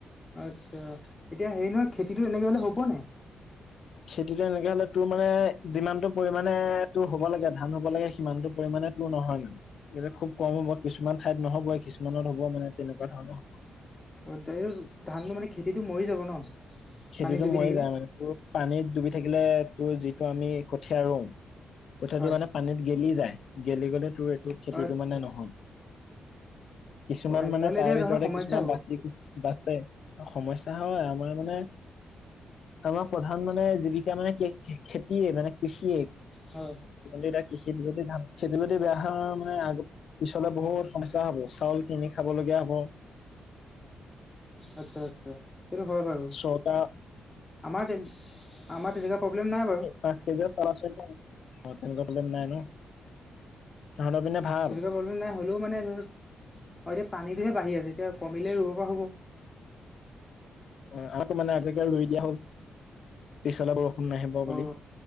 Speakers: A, on the left; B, on the left.
A: আচ্ছা, এতিয়া হেৰি নহয় খেতিটো এনেকৈ হ'লে হ'ব নাই?
B: খেতিটো এনেকে হ'লে তোৰ মানে যিমানতটো পৰিমানে তোৰ হ'ব লাগে, ধান হ'ব লাগে সিমানতটো পৰিমাণে নহয় কিন্তু, এতিয়া খুব কম হ'ব কিছুমান ঠাইত নহ'ব কিছুমানত হ'ব মানে তেনেকুৱা ধৰণৰ হ'ব।
A: অ', ধানটো মানে খেতিটো মৰি যাব ন।
B: খেতিটো
A: পানী ডুবি
B: মৰি
A: থাকিলে
B: যায় মানে, তোৰ পানীত ডুবি থাকিলে তোৰ যিটো আমি কঠীয়া ৰুম। কথাটো
A: হয়
B: মানে পানীত গেলি যায়। গেলি গ'লে তোৰ এইটো খেতিটো
A: আচ্ছা
B: মানে নহল। কিছুমান
A: অ এনেকে
B: মানে
A: হ'লে
B: তাৰে
A: এতিয়া তহঁতৰ
B: ভিতৰতে
A: সমস্যা
B: কিছুমান
A: হ'ব
B: বাচি-কুচি বাচে। সমস্যা হয়। আমাৰ মানে আমাৰ প্ৰধান মানে জীৱিকা মানে খেতিয়ে মানে কৃষিয়ে।
A: হয়।
B: কিন্তু এতিয়া কৃষিত যদি ধান, খেইটো যদি বেয়া হয় মানে আগ পিছলে বহুত সমস্যা হ'ব চাউল কিনি খাব লগীয়া হব।
A: আচ্ছা, আচ্ছা। সেইটো হয় বাৰু,
B: চৰকাৰ
A: আমাৰ তে, আমাৰ তেনেকুৱা প্ৰব্লেম নাই বাৰু।
B: পাঁচশ কেজি চাউল আছে ন, অঁহ', তেনেকুৱা প্ৰব্লেম নাই ন? তহঁতৰ পিনে ভাল
A: তেনেকুৱা প্ৰব্লেম নাই হ'লেও মানে ধৰক, এতিয়া পানীটোহে বাঢ়ি আছে এতিয়া কমিলেই ৰুব পৰা হ'ব।
B: অ', আকৌ মানে আজি-কালি ৰুই দিয়া হ'ল, পিছেলে বৰষুণ নাহিব
A: অ
B: বুলি।